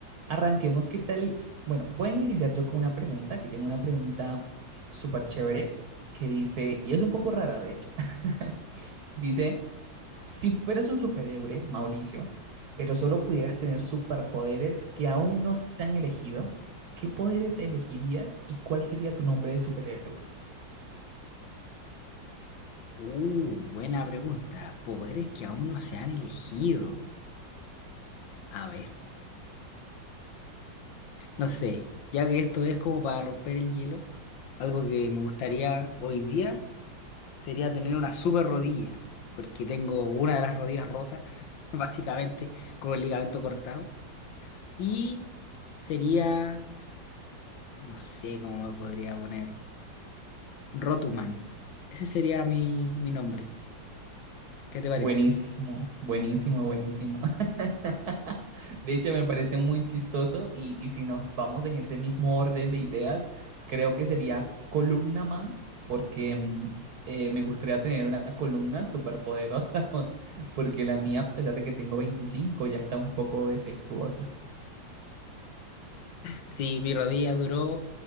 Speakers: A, on the right; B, on the left.
A: arranquemos. ¿Qué tal? Bueno, voy a iniciar yo con una pregunta. Aquí tengo una pregunta súper chévere que dice, y es un poco rara, de hecho. <laughs> Dice, si fueras un superhéroe, Mauricio, pero solo pudieras tener superpoderes que aún no se han elegido, ¿qué poderes elegirías y cuál sería tu nombre de superhéroe?
B: Uh, buena pregunta. Poderes que aún no se han elegido. A ver, no sé, ya que esto es como para romper el hielo, algo que me gustaría hoy día. sería tener una super rodilla, porque tengo una de las rodillas rotas, <laughs> básicamente, con el ligamento cortado. Y sería, no sé cómo me podría poner, Rotuman. Ese sería mi, mi nombre. ¿Qué te
A: Buenísimo,
B: parece?
A: buenísimo, buenísimo. <laughs> De hecho, me parece muy chistoso y, y si nos vamos en ese mismo orden de ideas, creo que sería columna man, porque mm, eh, me gustaría tener una columna súper poderosa, <laughs> porque la mía, a pesar de que tengo 25, ya está un poco defectuosa.
B: Sí, mi rodilla duró